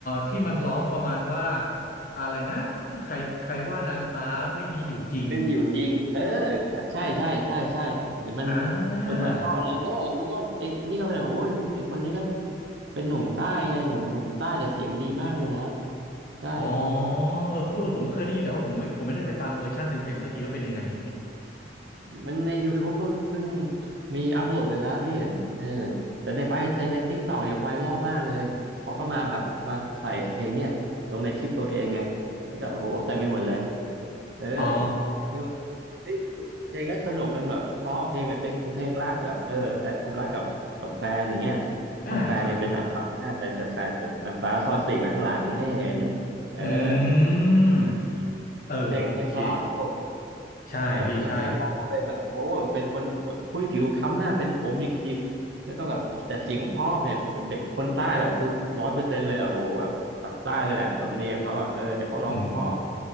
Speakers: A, on the left (about 50°); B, on the right (about 70°).
A: ที่มันร้องประมาณว่าอะไรนะใครใครว่านางฟ้าไม่มีอยู่จริง
B: ไม่มีอยู่จริงเออใช่ใช่ใช่ใช่เห็นมัน
A: อ่า
B: เป็นไวรัลนะเออนี่ก็ไอ้นี่ก็เป็นโอ้ยคนนี้ก็เป็นหนุ่มใต้ไงหนุ่มหนุ่มใต้แต่เสียงดีมากเลยนะใช่
A: อ๋อเออเออผมก็เคยได้ยินแต่ว่าผมไม่ผมไม่ได้ไปฟังเวอร์ชันเต็มๆสักทีว่าเป็นยังไงอย่างนี้
B: มันในยูทู u ก็เพิ่งมีอัปโหลดไปแล้วพี่เห็นเออแต่ในไวในใน t i k t อกเนี่ยไวรัลมากเลยเพราะก็มาแบบมาใส่เพลงเนี่ยลงในคลิปตัวเองไงแล้วก็โอ้โหเต็มไปหมดเลยเออ
A: อ๋อ
B: คือแบบเอ้ยเพลงก็สนุกเป็นแบบเพราะเพลงแบบเป็นเพลงรักแบบเออแสดงความรักกับกับแฟนอย่างเงี้ยเพราะแฟนเนี่ยเป็นนางฟ้าแต่แต่แฟนแบบนางฟ้าซ่อนปีกไว้ข้างหลังไม่เห็น
A: อ่าครับ
B: เออ
A: อืม
B: <laughs>
A: เออโอเค
B: เพลงเพลงเพราะสนุก
A: ใช่พี่ใช่
B: แล้วคนนักร้องก็เป็นแบบโอ้เป็นคนผู้ยผิวค้ำมากเป็นผมหยิกๆแล้วก็แบบแต่เสียงเพ่อเนี่ยเด็กคนใต้แบบผิวร้อยเปอร์เซ็นต์เลยอะโอ้โหแบบปากใต้เลยแหละสำเนียงเขาอะเออแต่เขาร้องเพราะ
A: อืม